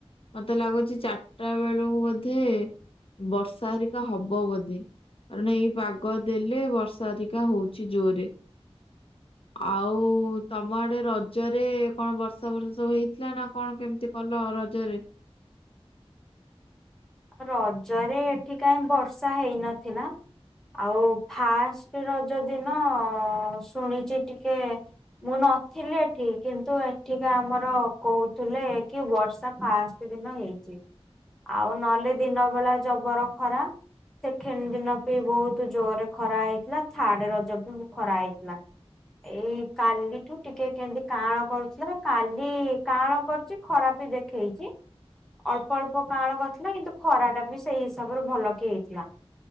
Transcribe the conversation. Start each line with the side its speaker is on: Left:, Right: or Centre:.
Left: ମତେ ଲାଗୁଛି ଚାରିଟା ବେଳକୁ ବୋଧେ, ବର୍ଷା ହେରିକା ହବ ବୋଧେ। କାରଣ ଏଇ ପାଗ ଦେଲେ ବର୍ଷା ଅଧିକା ହଉଛି ଜୋରରେ। ଆଉ ତମ ଆଡେ ରଜରେ କଣ ବର୍ଷା ବର୍ଷା ସବୁ ହଇଥିଲା ନା କ'ଣ କେମିତି କଲ ରଜରେ?
Centre: ରଜରେ ଏଠି କାଇଁ ବର୍ଷା ହେଇନଥିଲା। ଆଉ ଫାଷ୍ଟ ରଜ ଦିନ ଶୁଣିଛି ଟିକେ ମୁଁ ନଥିଲି ଏଠି, କିନ୍ତୁ ଏଠିକା ଆମର କହୁଥିଲେ କି ବର୍ଷା ଫାଷ୍ଟ ଦିନ ହେଇଛି, ଆଉ ନହେଲେ ଦିନ ବେଳା ଜବର ଖରା। ସେକେଣ୍ଡ ଦିନ ବି ବହୁତ ଜୋରରେ ଖରା ହେଇଥିଲା, ଥାର୍ଡ଼ ରଜ ବି ଖରା ହେଇଥିଲା। ଏଇ କାଲିଠୁ ଟିକେ କେମିତି କାଁଳ କରିଥିଲା, କାଲି କାଁଳ କରୁଛି ଖରା ବି ଦେଖେଇଛି, ଅଳ୍ପ ଅଳ୍ପ କାଳ କ ଥିଲା କିନ୍ତୁ ଖରା ଟା ବି ସେଇ ହିସାବରେ ଭଲକେ ହେଇଥିଲା